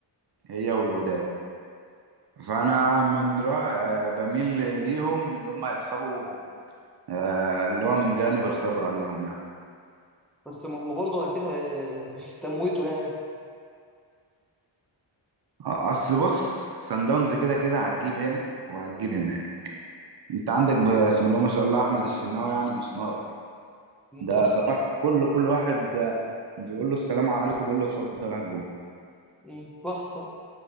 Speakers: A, on the right (about 55°); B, in the centre.
A: هي والوداد فانا من رأي بميل ليهم اللي هم يكسبوا آه، اللي هو من جانب الخبره ليهم يعني
B: بس ما هم برضه اكيد هي- هيتموتوا يعني
A: آه، اصل بص سان داونز كده كده هتجيب هنا وهتجيب هنا انت عندك بسم الله ما شاء الله احمد الشناوي يعني مش نايم
B: مم،
A: ده
B: صح
A: صباح كل كل واحد آه، بيقول له السلام عليكم بيقول له اتفضل هات جون
B: مم، صح صح